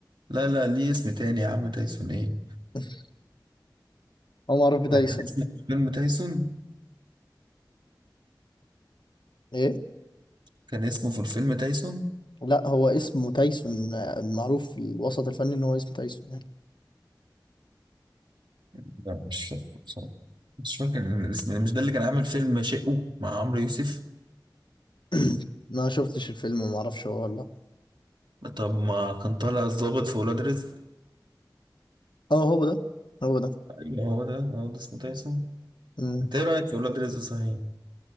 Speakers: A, on the right (about 75°); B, on the left (about 80°).
A: لا لا ليه اسم تاني يا عم تايسون إيه
B: <laughs> هو معروف بتايسون
A: ده كان اسمه في الفيلم تايسون
B: ايه
A: كان اسمه في الفيلم تايسون
B: لا هو اسمه تايسون آه، معروف في الوسط الفني ان هو اسمه تايسون يعني
A: لا مش فاكر مش فاكر الاسم مش ده اللي كان عامل فيلم شقه مع عمرو يوسف
B: <clears throat> ما شفتش الفيلم وما اعرفش هو ولا
A: طب ما كان طالع الضابط في ولاد رزق
B: اه هو ده هو ده
A: ايوه هو ده هو ده اسمه تايسون
B: مم.
A: انت ايه رايك في ولاد رزق صحيح